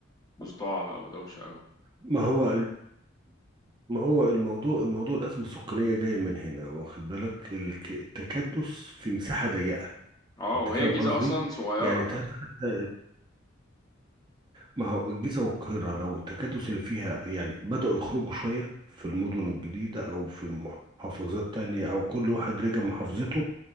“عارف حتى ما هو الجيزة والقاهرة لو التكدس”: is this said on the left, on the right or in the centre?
Right